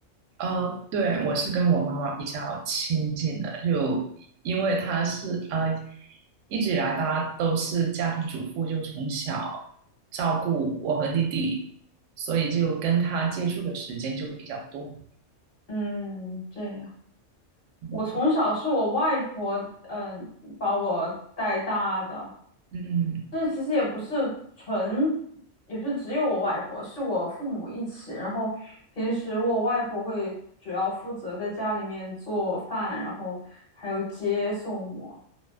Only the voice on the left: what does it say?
嗯，这样。
我从小是我外婆，嗯、把我带大的。
这其实也不是纯，也不是只有我外婆，是我父母一起。然后平时我外婆会主要负责在家里面做饭，然后还有接送我。